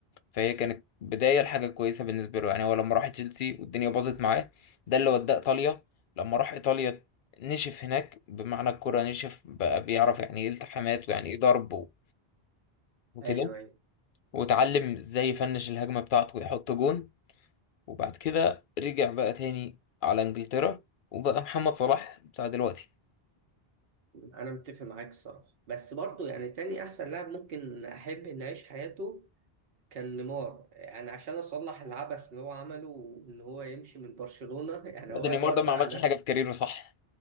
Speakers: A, on the left; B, on the right.
A: فهي كانت بدايه لحاجه كويسه بالنسبه له يعني هو لما راح تشيلسي والدنيا باظت معاه ده اللي وداه ايطاليا لما راح ايطاليا نشف هناك بمعنى الكره نشف بقى بيعرف يعني ايه التحامات ويعني ايه ضرب و- وكده
B: ايوه ايوه
A: وتعلم ازاي يفنش الهجمه بتاعته ويحط جون وبعد كده رجع بقى تاني على انجلترا وبقى محمد صلاح بتاع دلوقتي
B: انا متفق معاك الصراحه بس برضه يعني تاني احسن لاعب ممكن احب اني اعيش حياته كان نيمار يعني عشان اصلح العبث اللي هو عمله ان هو يمشي من برشلونة <laughs> يعني
A: لا
B: هو
A: ده نيمار
B: الواد
A: ده ما
B: ضيع
A: عملش
B: نفسه
A: حاجه في كاريره صح